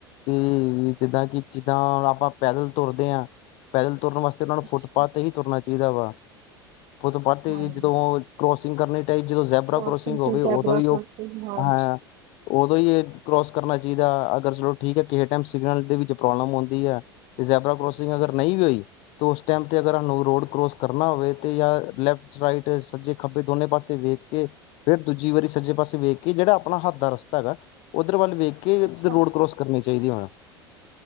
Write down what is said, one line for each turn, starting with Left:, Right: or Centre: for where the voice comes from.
Left: ਕਿ ਜਿੱਦਾਂ ਕਿ ਜਿੱਦਾਂ ਹੁਣ ਆਪਾਂ ਪੈਦਲ ਤੁਰਦੇ ਹਾਂ, ਪੈਦਲ ਤੁਰਨ ਵਾਸਤੇ ਉਹਨਾਂ ਨੂੰ ਫੁੱਟਪਾਥ
Right: ਅੱਛਾ
Left: ਤੇ ਹੀ ਤੁਰਨਾ ਚਾਹੀਦਾ ਵਾ। ਫੁੱਟਪਥ ਤੇ
Right: ਹਾਂ
Left: ਜਦੋਂ ਕਰੋਸਿੰਗ ਕਰਨੀ ਟਾਈ, ਜਦੋਂ ਝੈਬਰਾ
Right: ਕ੍ਰੋਸਿੰਗ
Left: ਕਰੋਸਿੰਗ ਹੋ
Right: ਤੇ
Left: ਗਈ,
Right: ਜ਼ੈਬਰਾ
Left: ਉਦੋਂ ਵੀ, ਉਹ
Right: ਕ੍ਰੋਸਿੰਗ ਹਾਂਜੀ
Left: ਹ! ਉਦੋਂ ਹੀ ਇਹ ਕਰੋਸ ਕਰਨਾ ਚਾਹੀਦਾ, ਅਗਰ ਚਲੋ ਠੀਕ ਹੈ ਕਿਸੇ ਟਾਈਮ ਸਿਗਨਲ ਦੇ ਵਿੱਚ ਪ੍ਰੋਬਲਮ ਆੰਦੀ। ਤੇ ਜੈਬਰਾ ਕਰੋਸਿੰਗ ਅਗਰ ਨਹੀਂ ਵੀ ਹੋਈ, ਤੇ ਉਸ ਟਾਈਮ ਤੇ ਅਗਰ ਸਾਨੂੰ ਰੋਡ ਕਰੋਸ! ਕਰਨਾ ਹੋਵੇ ਤੇ ਜਾਂ ਲੈਫਟ ਰਾਈਟ ਸੱਜੇ! ਖੱਬੇ ਦੋਨੇ ਪਾਸੇ ਵੇਖ ਕੇ, ਫੇਿਰ ਦੂਜੀ ਵਾਰੀ ਸੱਜੇ ਪਾਸੇ ਵੇਖ ਕੇ ਜਿਹੜਾ ਆਪਣਾ ਹੱਥ ਦਾ ਰਸਤਾ ਹੈਗਾ! ਉਧਰ ਵੱਲ ਵੇਖ ਕੇ
Right: ਅੱਛਾ
Left: ੳਧਰ ਰੋਡ ਕਰੋਸ ਕਰਨੀ ਚਾਹੀਦੀ ਹੁਣ!